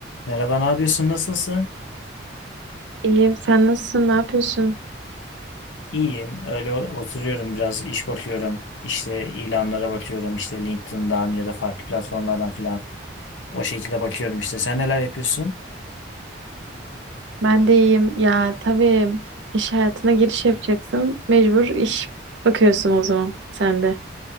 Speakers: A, on the left; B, on the right.
A: Merhaba, ne yapıyorsun? Nasılsın?
B: İyiyim. Sen nasılsın? Ne yapıyorsun?
A: İyiyim. Öyle oturuyorum biraz iş bakıyorum. İşte ilanlara bakıyorum. işte LinkedIn'dan ya da farklı platformlardan filan. O şekilde bakıyorum işte. Sen neler yapıyorsun?
B: Ben de iyiyim. Ya tabii iş hayatına giriş yapacaksın. Mecbur iş bakıyorsun o zaman sen de.